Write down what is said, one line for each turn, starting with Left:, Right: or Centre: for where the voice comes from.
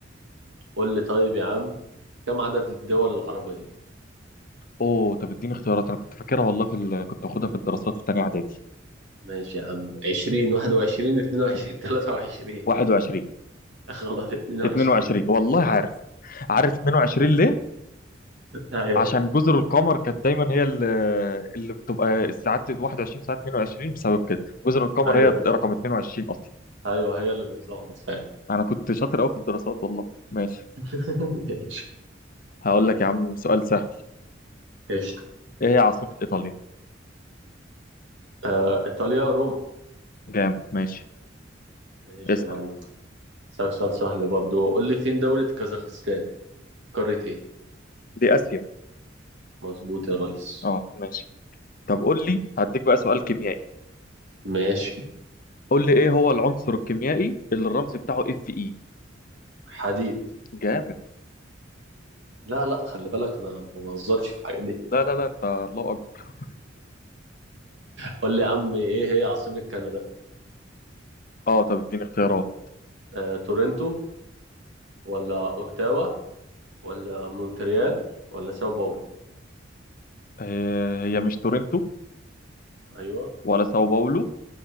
Right: قول لي طيب يا عم كم عدد الدول العربية
Left: اوه طب اديني اختيارات انا كنت فاكرها والله في ال... كنت واخدها في الدراسات في تانية اعدادي
Right: ماشي يا عم 20 21 22 23
Left: 21
Right: غلط 22
Left: 22
Right: <laughs>
Left: والله عارف عارف 22 ليه؟
Right: ايوه
Left: عشان جزر القمر كانت دايما هي اللي, اللي بتبقى الساعات 21 ساعه 22 بسبب كده جزر القمر
Right: ايوه
Left: هي
Right: ايوه
Left: رقم 22 اصلا
Right: ايوه هي اللي بتلخبط فعلا
Left: انا كنت شاطر قوي في الدراسات والله ماشي
Right: <laughs> ايش
Left: هقول لك يا عم سؤال سهل
Right: ايش
Left: ايه هي عاصمة ايطاليا؟
Right: آه ايطاليا روما
Left: جامد ماشي
Right: ماشي
Left: اسأل
Right: يا معلم اسالك سؤال سهل برضو قول لي فين دولة كازاخستان قارة ايه
Left: دي اسيا
Right: مظبوط يا ريس
Left: اه ماشي طب قول لي هديك بقى سؤال كيميائي
Right: ماشي
Left: قول لي ايه هو العنصر الكيميائي اللي الرمز بتاعه اف اي
Right: حديد
Left: جامد
Right: لا لا خلي بالك انا ما بهزرش في الحاجات دي
Left: لا لا لا انت الله اكبر
Right: قول لي يا عم ايه هي عاصمة كندا
Left: اه طب اديني اختيارات
Right: آه، تورنتو ولا اوتاوا ولا مونتريال ولا ساو باولو
Left: آه، هي مش تورنتو
Right: ايوه
Left: ولا ساو باولو